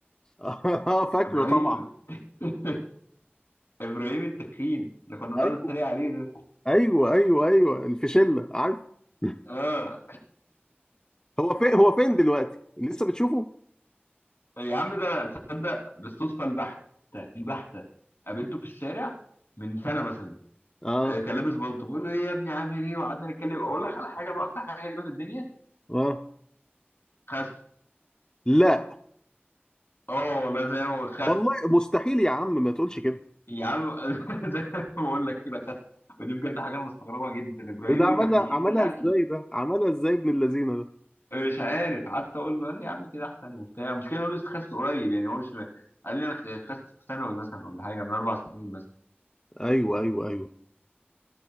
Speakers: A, on the left; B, on the left.
A: <laughs> اه فاكره
B: ابراهيم
A: طبعا
B: <laughs> ابراهيم التخين اللي كنا بنقعد
A: ايوه
B: نتريق عليه ده
A: ايوه ايوه ايوه الفشله عارف <laughs>
B: اه
A: هو فين هو فين دلوقتي لسه بتشوفه
B: يا عم ده انا تصدق بالصدفه البحته البحته قابلته في الشارع من سنه مثلا
A: اه
B: آه، كان لابس بلطو بقول له ايه يا ابني عامل ايه وقعدنا نتكلم اقول لك على حاجه بقى اكتر حاجه غريبه في الدنيا
A: اه
B: خس
A: لا
B: اه والله زي ما هو خس
A: والله مستحيل يا عم ما تقولش كده
B: يا عم <laughs> زي ما بقول لك كده خس ودي بجد حاجه انا مستغربها جدا ابراهيم
A: وده
B: اللي
A: عملها
B: كان بيحب
A: عملها
B: الاكل
A: ازاي ده عملها ازاي ابن اللذينه ده
B: مش عارف قعدت اقول له قال لي يا عم كده احسن وبتاع مشكله إن هو لسه خس قريب يعني هو مش قال لي انا خ- خست في ثانوي مثلا ولا حاجه من اربع سنين مثلا
A: ايوه ايوه ايوه